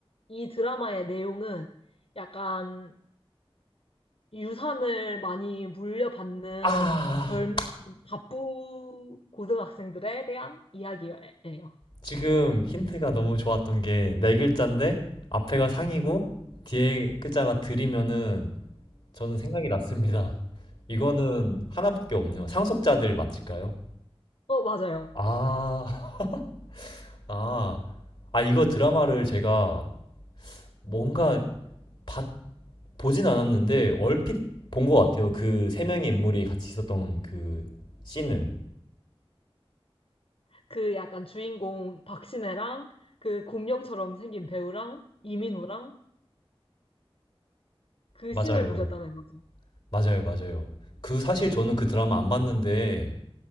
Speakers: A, on the left; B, on the left.
A: 이 드라마의 내용은 약간 유산을 많이 물려받는
B: 아,
A: 젊은 바쁘 고등학생들에 대한 이야기예요.
B: 지금 힌트가 너무 좋았던 게 네 글자인데 앞에가 상이고 뒤에 글자가 들이면은 저는 생각이 났습니다. 이거는 하나밖에 없네요. 상속자들 맞을까요?
A: 어, 맞아요.
B: 아, <laughs> 아, 아 이거 드라마를 제가 뭔가 봤, 보진 않았는데 얼핏 본 것 같아요. 그 세 명의 인물이 같이 있었던 그 씬을.
A: 그 약간 주인공 박신혜랑 그 공룡처럼 생긴 배우랑 이민호랑 그
B: 맞아요.
A: 씬을 보셨다는 거죠.
B: 맞아요, 맞아요. 그 사실 저는 그 드라마 안 봤는데